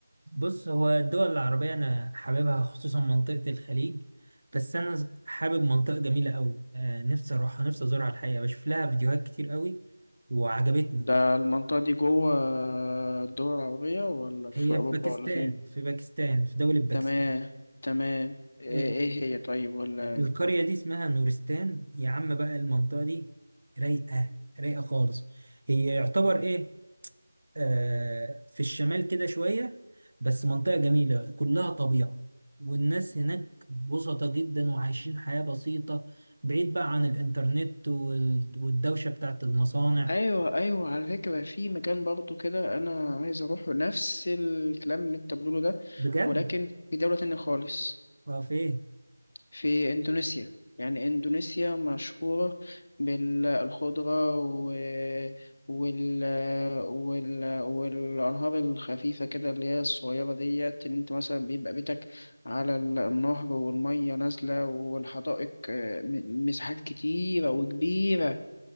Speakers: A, on the right; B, on the left.
A: بص هو الدول العربية أنا حاببها خصوصا منطقة الخليج بس أنا ز- حابب منطقة جميلة أوي آه نفسي أروحها نفسي أزورها الحقيقة بشوف لها فيديوهات كتير أوي وعجبتني
B: ده المنطقه دي جوه الدول العربيه ولا في
A: هي
B: اوروبا
A: في باكستان
B: ولا فين
A: في باكستان في دولة باكستان
B: تمام تمام ايه
A: آه
B: إيه هي طيب ولا
A: القرية دي اسمها نورستان يا عم بقى المنطقة دي رايقة رايقة خالص هي يعتبر إيه آه، في الشمال كده شوية بس منطقة جميلة كلها طبيعة والناس هناك بسطة جدا وعايشين حياة بسيطة بعيد بقى عن الإنترنت وال- والدوشة بتاعت المصانع
B: ايوه ايوه على فكره في مكان برضو كده انا عايز اروحه نفس الكلام اللي انت بتقوله ده
A: بجد
B: ولكن في دوله تانية خالص
A: اه فين
B: في اندونيسيا يعني اندونيسيا مشهوره بالخضره و... وال... وال... والانهار الخفيفه كده اللي هي الصغيره ديت ان انت مثلا بيبقى بيتك على ال- النهر والميه نازله والحدائق آه، م- مساحات كتيره وكبيره